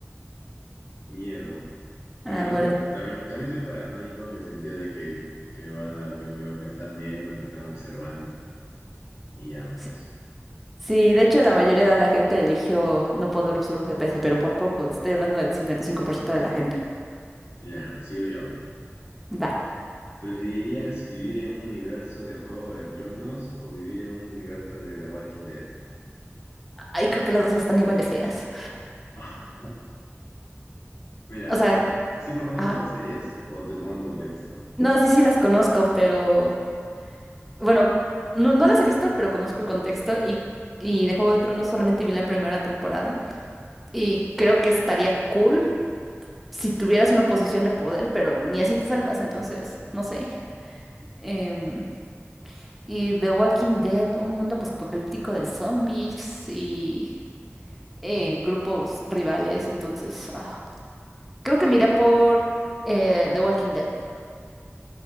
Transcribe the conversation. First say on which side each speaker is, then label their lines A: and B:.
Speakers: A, on the left (about 85°); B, in the centre.
A: miedo, Pero
B: Ah,
A: Al menos
B: bueno.
A: yo también, también soy paranoico en el sentido de que, que van a, me, me- me están viendo, me están observando. Y ya,
B: Sí,
A: pues,
B: sí, de hecho la mayoría de la gente eligió no poder usar un GPS, pero por poco. Estoy hablando del 55% de la gente.
A: ya, sigo yo.
B: Va.
A: ¿Preferirías vivir en un universo de Juego de Tronos o vivir en un universo de The Walking Dead?
B: Ay, creo que las dos están igual de feas.
A: <laughs> Mira,
B: O sea,
A: ¿sí conoces
B: ajá.
A: las series o te pongo en contexto?
B: No, sí, sí las conozco, pero bueno, no, no las he visto, pero conozco el contexto y, y de Juego de Tronos solamente vi la primera temporada y creo que estaría cool si tuvieras una posición de poder, pero ni así te salvas, entonces, no sé. Em, y The Walking Dead, un mundo posapocalíptico de zombies y eh, grupos rivales, entonces, ah, creo que miré por eh, The Walking Dead.